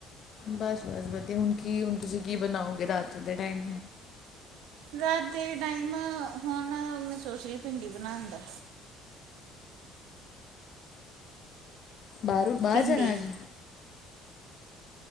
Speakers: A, on the left; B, on the right.
A: ਬਸ-ਬਸ ਵਧੀਆ ਹੁਣ ਕੀ ਹੁਣ ਤੁਸੀਂ ਕੀ ਬਣਾਓਗੇ ਰਾਤ ਦੇ ਟਾਈਮ
B: ਰਾਤ ਦੇ ਟਾਈਮ ਹੁਣ ਮੈਂ ਸੋਚ ਰਹੀ ਭਿੰਡੀ ਬਣਾਣ ਦਾ
A: ਬਾਹਰੋਂ ਬਾਹਰ
B: ਭਿੰਡੀ
A: ਜਾਣਾ ਅੱਜ